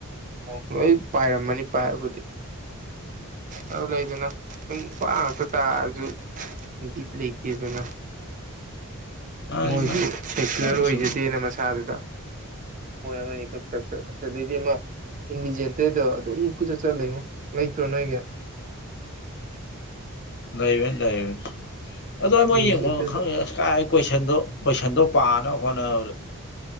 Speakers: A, on the right; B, on the left.
A: ꯑ ꯂꯣꯏ ꯄꯥꯏꯔꯝꯃꯅꯤ ꯄꯥꯏꯕꯨꯗꯤ ꯑꯗꯨ ꯂꯩꯗꯅ ꯅ ꯅꯨꯄꯥ ꯉꯥꯛꯇ ꯆꯥꯔꯁꯨꯠ ꯂꯩꯇꯦꯗꯅ
B: ꯃꯥꯅꯤ
A: ꯃꯣꯏꯁꯨ
B: ꯃꯥꯅꯤ
A: ꯁꯦꯀꯨꯂꯔ
B: ꯑꯗꯨꯝ
A: ꯑꯣꯏꯖꯗꯦꯅ
B: ꯁꯨꯝ
A: ꯃꯁꯥꯗꯨꯗ ꯗꯤ ꯏꯟꯕꯤ ꯦꯟꯇꯗꯣ ꯑꯗꯨꯝ ꯀꯨꯆꯠ ꯆꯠꯂ ꯂꯩꯅꯦ ꯂꯩꯇ꯭ꯔꯣ ꯅꯣꯏꯒꯤ
B: ꯂꯩꯥꯏꯕꯦꯟ ꯂꯩꯥꯛꯕ ꯑꯗꯨꯗꯣ ꯃꯣꯏ
A: ꯏꯟꯚꯤꯖꯦꯇꯔꯗꯣ
B: ꯌꯦꯡ ꯈꯪꯉꯦ ꯀꯥꯏ ꯀꯣꯏꯁꯟꯗꯣ ꯀꯣꯏꯁꯟꯗꯣ ꯄꯥꯅꯕ ꯍꯣꯠꯅꯕꯗꯣ